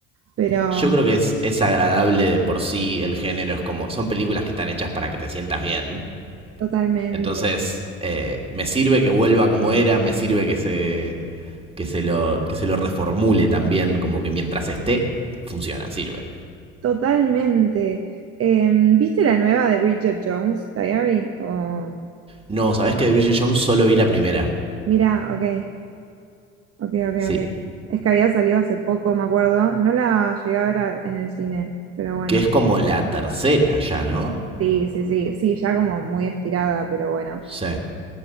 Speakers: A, on the right; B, on the right.
A: Pero
B: Yo creo que es, es agradable de por sí el género. Es como, son películas que están hechas para que te sientas bien.
A: totalmente,
B: Entonces, eh, me sirve que vuelva como era, me sirve que se, que, se lo, que se lo reformule también, como que mientras esté, funciona, sirve.
A: totalmente. Em, ¿viste la nueva de Bridget Jones Diary? O-
B: No, ¿sabés que de Bridget Jones solo vi la primera?
A: Mira, ok, ok, ok,
B: Sí,
A: ok. Es que había salido hace poco, me acuerdo. No la llegué a ver a- en el cine, pero bueno.
B: que es como la tercera ya, ¿no?
A: Sí, sí, sí, sí, ya como muy estirada, pero bueno.
B: Sí.